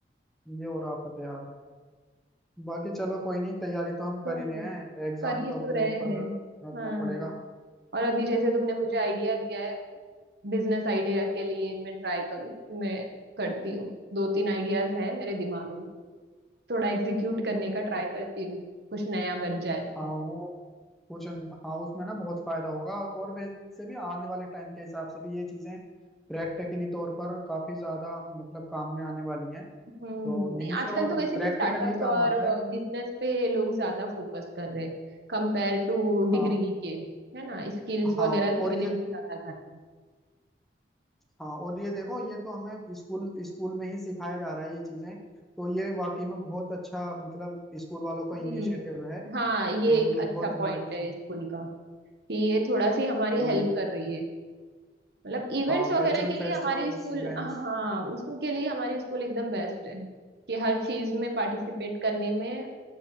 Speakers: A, in the centre; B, on the right.
A: ये और आफत है यार बाकी चलो कोई नहीं तैयारी तो हम
B: कोई
A: कर ही रहे
B: नहीं
A: हैं एग्जाम
B: कर ही
A: तो
B: तो
A: अपने
B: रहे
A: ऊपर
B: हैं
A: रखना
B: हाँ
A: पड़ेगा
B: हाँ। और अभी जैसे तुमने मुझे आइडिया दिया है बिजनेस आइडिया के लिए मैं ट्राई करूँ मैं करती हूँ दो तीन आइडियाज है मेरे दिमाग में थोड़ा एग्जीक्यूट करने का ट्राई करती हूँ कुछ नया बन जाए तो
A: हाँ वो कुछ हाँ उसमें ना बहुत फायदा होगा और वैसे भी आने वाले टाइम के हिसाब से भी ये चीजें प्रैक्टिकली तौर पर काफी ज्यादा मतलब काम में आने वाली हैं
B: हम्म
A: तो
B: नहीं
A: यहीं से
B: आजकल
A: और
B: तो वैसे
A: प्रैक्टिकल
B: भी स्टार्टअप्स
A: ही काम
B: और
A: आता है
B: बिजनेस पे लोग ज्यादा फोकस कर रहे हैं कंपेयर टू डिग्री
A: हाँ
B: के है ना स्किल्स वगैरह
A: हाँ और
B: सीखने
A: ये
B: में ज्यादा कर रहे हैं
A: हाँ और ये देखो ये तो हमें स्कूल स्कूल में ही सिखाया जा रहा है ये चीजें तो ये वाकई में बहुत अच्छा मतलब स्कूल वालों का
B: हम्म
A: इनिशिएटिव है
B: हाँ ये
A: तो
B: एक
A: ये
B: अच्छा
A: बहुत हमारे
B: पॉइंट
A: लिए
B: है स्कूल का कि ये थोड़ा सी हमारी
A: तो
B: हेल्प
A: ये
B: कर रही है मतलब इवेंट्स
A: हाँ
B: वगैरह
A: कल्चरल
B: के लिए
A: फेस्टिवल्स
B: हमारी स्कूल
A: इवेंट्स
B: हाँ उसके लिए हमारी स्कूल एकदम बेस्ट है कि हर चीज में पार्टिसिपेट करने में